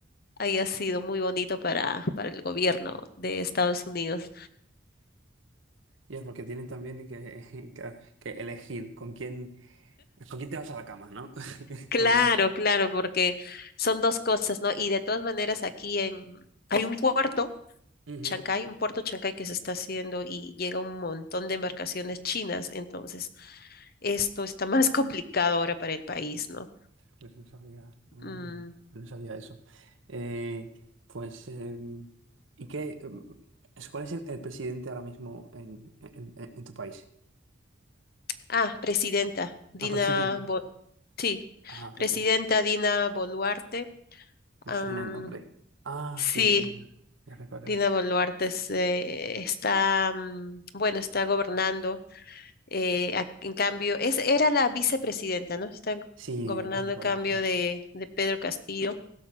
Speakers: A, on the left (about 50°); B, on the right (about 85°).
A: haya sido muy bonito para, para el gobierno de Estados Unidos.
B: Y es porque tienen también que, <laughs> que, que elegir con quién, con quién te vas a la cama, ¿no? <laughs>
A: Claro,
B: Con...
A: claro, porque son dos cosas, ¿no? Y de todas maneras aquí en, hay un puerto
B: Ujú.
A: Chancay, un puerto Chancay que se está haciendo y llega un montón de embarcaciones chinas, entonces esto está <laughs> más complicado ahora para el país, ¿no?
B: Pues no sabía, no,
A: Mm,
B: no- no sabía eso. Eh, pues, eh, ¿y qué? eh, ¿Cuál es el, el presidente ahora mismo en, en- en- en tu país?
A: ah, presidenta Dina,
B: Ah, presidenta.
A: Bo- sí,
B: Ah, presidenta.
A: presidenta Dina Boluarte.
B: Me
A: am,
B: suena el nombre. Ah,
A: sí,
B: sí, sí, ya recuerdo.
A: Dina Boluarte se- está, mm, bueno, está gobernando. eh, a- en cambio, es, era la vicepresidenta, ¿no? Está
B: Sí,
A: gobernando
B: ya recuerdo.
A: a cambio de, de Pedro Castillo.